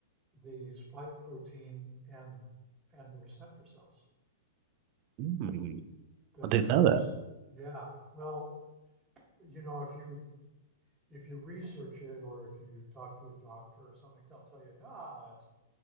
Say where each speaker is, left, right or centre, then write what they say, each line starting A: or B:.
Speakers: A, on the right; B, on the right.
A: the spike protein and and the receptor cells.
B: Mm.
A: The
B: I
A: receptors,
B: didn't know that.
A: yeah. Well, you know, if you if you research it or if you talk to a doctor or something, they'll tell you, nah, that's